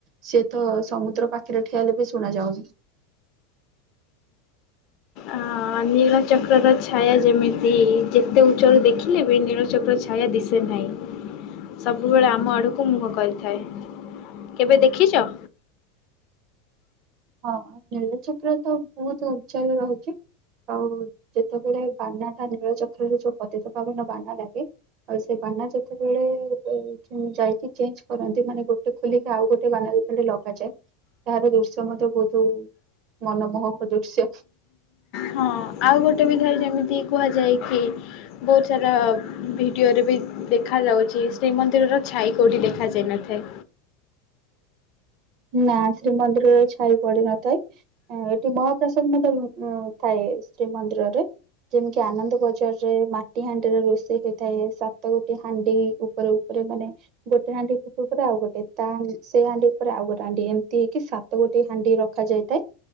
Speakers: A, on the right; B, on the left.
A: ସିଏ ତ ସମୁଦ୍ର ପାଖରେ ଠିଆ ହେଲେ ବି ଶୁଣା ଯାଉନି।
B: ଆ ନୀଳଚକ୍ରର ଛାୟା ଯେମିତି ଯେତେ ଉଚ୍ଚରୁ ଦେଖିଲେ ବି ନୀଳଚକ୍ର ଛାୟା ଦିଶ ଶେ ନାହିଁ ସବୁବେଳେ ଆମ ଆଡ଼କୁ ମୁହଁ କରିଥାଏ। କେବେ ଦେଖିଛ?
A: ହଁ ନୀଳଚକ୍ର ତ ବହୁତୁ ଉଞ୍ଚାରେ ରହିଛି। ଆଉ ଯେତେବେଳେ ବାନା ଟା ନୀଳଚକ୍ରରେ ଯୋଉ ପତିିତପାବନ ବାନା ଲାଗେ। ଆଉ ସେ ବାନା ଯେତେବେଳେ ଯାଇ ଚେ-ଯାଇକି ଚେଞ୍ଜ କରନ୍ତି ମାନେ ଗୋଟେ ଖୋଲିକି ଆଉ ଗୋଟେ ବାନା ସେଠି ଲଗାଯାଏ। ତାହାର ଦୃଶ୍ୟ ମଧ୍ୟ ବହୁତୁ ମନମୋହକ ଦୃଶ୍ୟ।
B: ହଁ ଆଉ ଗୋଟେ ବିଧରେ ଯେମିତି କୁହାଯାଏ କି ବହୁତ ସାରା ଭିଡ଼ିଓରେ ବି ଦେଖାଯାଉଛି ଶ୍ରୀମନ୍ଦିରର ଛାଇ କୋଉଠି ଦେଖାଯାଇନଥାଏ।
A: ନା ଶ୍ରୀମନ୍ଦିରର ଛାଇ ପଡି ନଥାଏ। ଅଁ, ଏଠି ମହାପ୍ରସାଦ ମଧ୍ୟ ଅଁ, ଥାଏ ଶ୍ରୀମନ୍ଦିରରେ। ଯେମିତି ଆନନ୍ଦ ବଜାର ରେ ମାଟି ହାଣ୍ଡିରେ ରୋଷେଇ ହେଇଥାଏ ସାତ ଗୋଟି ହାଣ୍ଡି ଉପରେ। ରେ ମାନେ ଗୋଟେ ହାଣ୍ଡି ଉ-ଉପରେ ଆଉ ଗୋଟେ ତା ସେ ହାଣ୍ଡି ଉପରେ ଆଉ ଗୋଟେ ହାଣ୍ଡି ଏମିତି ହେଇକି ସାତ ଗୋଟି ହାଣ୍ଡି ରଖାଯାଇଥାଏ।